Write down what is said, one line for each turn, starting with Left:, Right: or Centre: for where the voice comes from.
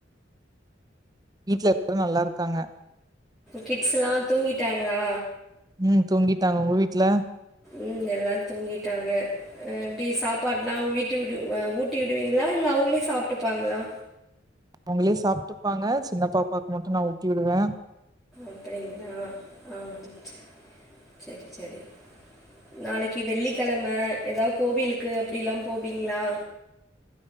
Right: வீட்ல இருக்க நல்லா இருக்காங்க
Centre: கிட்ஸ்லா தூங்கிட்டாங்களா
Right: ம் தூங்கிட்டாங்க உங்க வீட்ல
Centre: ம் எல்லா தூங்கிட்டாங்க எப்டி சாப்பாடலா வீட்டு விடு ஊட்டி விடுவீங்களா இல்ல அவங்களே சாப்ட்டுப்பாங்களா
Right: அவங்களே சாப்ட்டுப்பாங்க சின்னப்பாப்பாக்கு மட்டு நா ஊட்டி வுடுவ
Centre: அப்டிங்களா ஆ ச சேரி சேரி நாளைக்கு வெள்ளிக்கெழம ஏதாது கோவிலுக்கு அப்டில்லா போவீங்களா